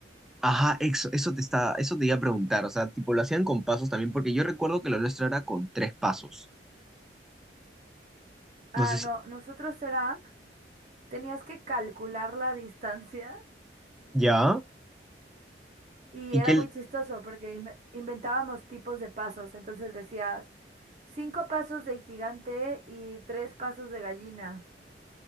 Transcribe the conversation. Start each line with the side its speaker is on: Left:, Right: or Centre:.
Centre: Ajá, eso, eso te está, eso te iba a preguntar, o sea, tipo, lo hacían con pasos también, porque yo recuerdo que lo nuestro era con tres pasos.
Right: Ah,
Centre: No sé
Right: no,
Centre: si,
Right: nosotros era, tenías que calcular la distancia
Centre: ¿ya?
Right: y
Centre: ¿Y
Right: era
Centre: qué,
Right: muy chistoso porque inve- inventábamos tipos de pasos. Entonces decías, cinco pasos de gigante y tres pasos de gallina.